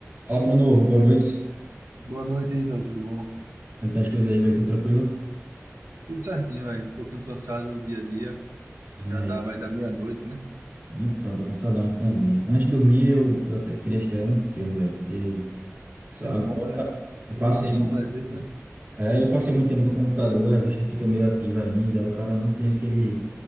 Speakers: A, on the right (about 40°); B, on the right (about 80°).
A: Fala, Bruno. Boa noite.
B: Boa noite, Ítalo, tudo bom?
A: Como é que tá as coisas aí, velho? Tudo tranquilo?
B: Tudo certinho, velho. Um pouquinho cansado do dia a dia.
A: Né?
B: Já dá, vai dar meia-noite, né?
A: Então, tô cansadão aqui também. Antes de dormir, eu, eu até queria assistir um filme, velho, porque só
B: É
A: agora
B: bom, né?
A: eu passei,
B: Pra dar um sono às vezes, né?
A: é, eu passei muito tempo no computador, a vista fica meio ativa ainda, o cara não tem aquele...